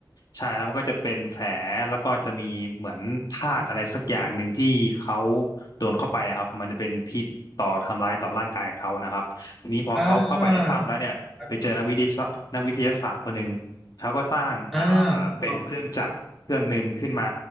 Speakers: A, on the left; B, in the centre.
A: ใช่ แล้วมันก็จะเป็นแผล แล้วก็จะมีเหมือนธาตุอะไรสักอย่างหนึ่งที่เขาโดนเข้าไปอะครับมันจะเป็นพิษต่อทำร้ายต่อร่างกายเขานะครับทีนี้พอเขาเข้าไปในถ้ำแล้วเนี่ยไปเจอนักวิทยาศาสตร์นักวิทยาศาสตร์คนหนึ่ง
B: อ่าครับ
A: เขาก็สร้างอ่า
B: อ่าถูกต้อง
A: เป็นเครื่องจักรเครื่องหนึ่งขึ้นมา